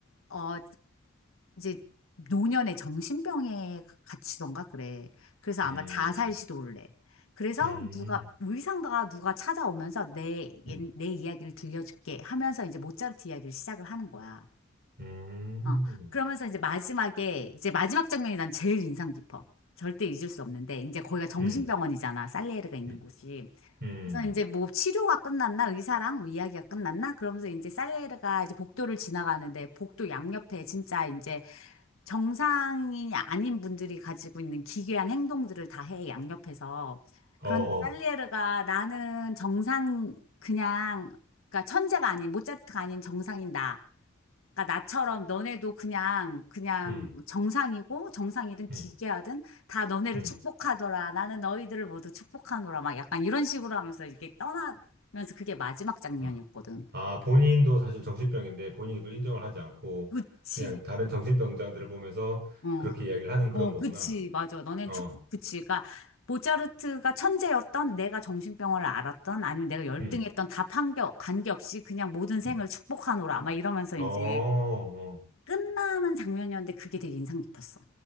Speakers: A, on the left; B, on the right.
A: 어, 이제 노년의 정신병에 갇히던가 그래. 그래서 아마
B: 음,
A: 자살 시도를 해. 그래서
B: 음,
A: 누가 의상가가 누가 찾아오면서 내, 옛-
B: 음,
A: 내 이야기를 들려줄게 하면서 이제 모차르트 이야기를 시작을 하는 거야.
B: 음,
A: 어, 그러면서 이제 마지막에 이제 마지막 장면이 난 제일 인상 깊어. 절대 잊을 수 없는데 이제 거기가 정신병원이잖아.
B: 음,
A: 살리에르가 있는
B: 음,
A: 곳이.
B: 음.
A: 그래서 이제 뭐 치료가 끝났나 의사랑 뭐 이야기가 끝났나 그러면서 이제 살리에르가 이제 복도를 지나가는데 복도 양옆에 진짜 이제 정상이 아닌 분들이 가지고 있는 기괴한 행동들을 다 해 양옆에서
B: 어허,
A: 그런데 살리에르가 나는 정상 그냥 그러니까 천재가 아닌 모차르트가 아닌 정상인 나 그러니까 나처럼 너네도 그냥 그냥
B: 음,
A: 정상이고 정상이든
B: 음,
A: 기계하든 다 너네를
B: 음.
A: 축복하더라. 나는 너희들을 모두 축복하노라. 막 약간 이런 식으로 하면서 이렇게 떠나면서 그게 마지막 장면이었거든.
B: 아. 아, 본인도 사실 정신병인데 본인이 그걸 인정을 하지 않고
A: 그치.
B: 그냥 다른 정신병자들을 보면서
A: 어.
B: 그렇게 이야기를 하는 그런
A: 어,
B: 거구나.
A: 그치. 맞아. 너넨
B: 어,
A: 축 그치. 그러니까 모차르트가 천재였던 내가 정신병원을 앓았던 아니면 내가 열등했던
B: 음,
A: 다 판교, 관계없이 그냥 모든 생을
B: 음.
A: 축복하노라. 막 이러면서
B: 어,
A: 이제
B: 어,
A: 끝나는 장면이었는데 그게 되게 인상 깊었어.